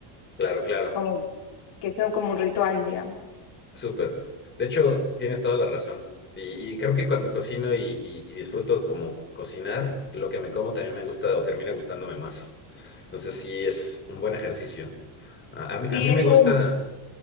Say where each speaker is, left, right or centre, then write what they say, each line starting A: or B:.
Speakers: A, on the left; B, on the left.
A: claro, claro.
B: como que sea como un ritual, digamos.
A: Súper. De hecho, tienes toda la razón. Y, y creo que cuando cocino y, y- y disfruto como cocinar, lo que me como también me gusta o termina gustándome más. Entonces sí es un buen ejercicio. A, a mí,
B: Sí,
A: a mí
B: es
A: me gusta...
B: como un,